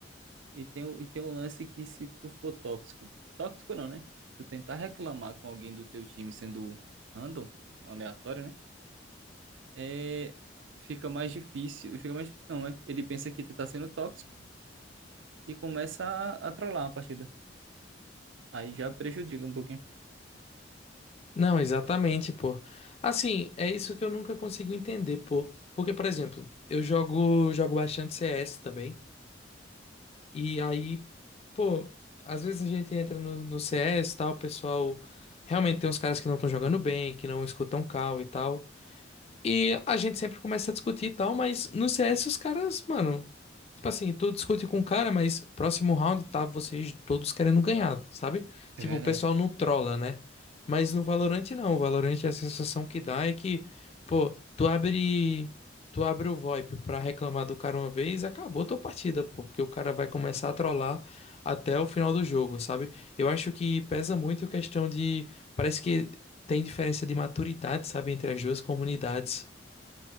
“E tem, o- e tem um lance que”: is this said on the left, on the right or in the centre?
Right